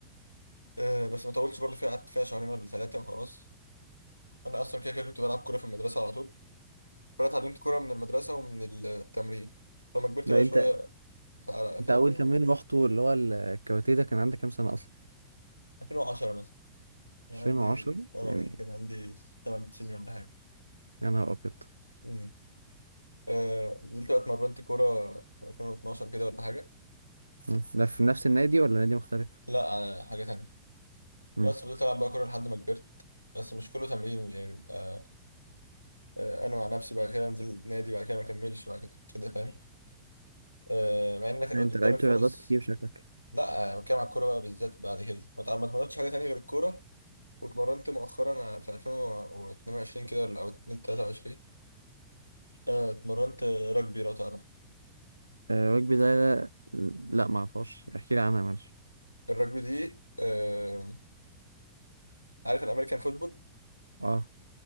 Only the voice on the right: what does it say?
ده
انت
انت
اول
تمرين رحته اللي هو الكاراتيه ده كان عندك كام سنه اصلا
2010
يعني
يا نهار ابيض
مم. ده في نفس النادي ولا نادي مختلف
مم.
انت لعبت
رياضات كتير شكلك
آه، وجبي ده لا, لا ما اعرفهاش احكي لي عنها معلش
اه